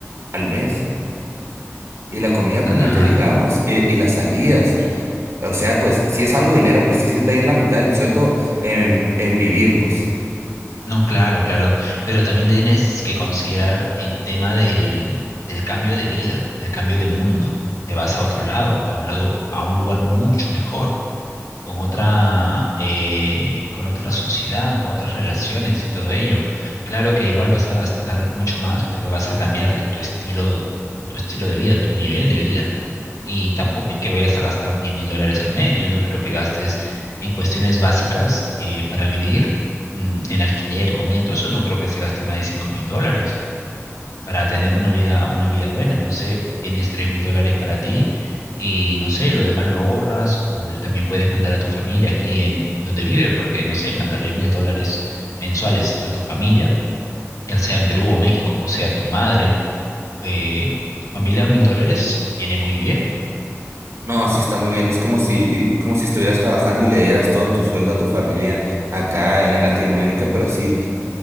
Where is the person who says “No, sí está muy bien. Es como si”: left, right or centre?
Right